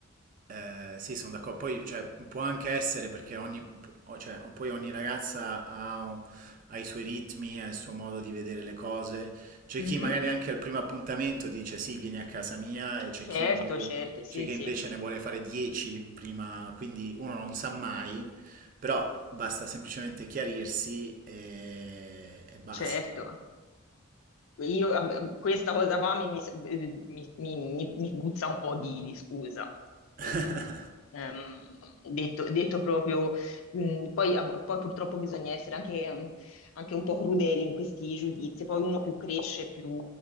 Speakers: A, on the right; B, on the left.
A: eh, sì, sono d'accordo. Poi, cioè, può anche essere perché ogni, o- cioè, poi ogni ragazza ha, un- ha i suoi ritmi, ha il suo modo di vedere le cose. C'è
B: Mhm.
A: chi magari anche al primo appuntamento dice sì, vieni a casa mia, e c'è
B: Certo,
A: chi magari
B: certo, sì,
A: c'è chi
B: sì,
A: invece ne vuole fare 10 prima, quindi uno non sa mai, però basta semplicemente chiarirsi e, e basta.
B: certo. Io, eh, questa cosa qua mi, mi, mi- mi- mi puzza un po' di, di scusa.
A: <laughs>
B: Insomma. Ehm, detto, detto proprio, mh, poi, a- poi purtroppo bisogna essere anche, ehm, anche un po' crudeli in questi giudizi. Poi uno più cresce, più,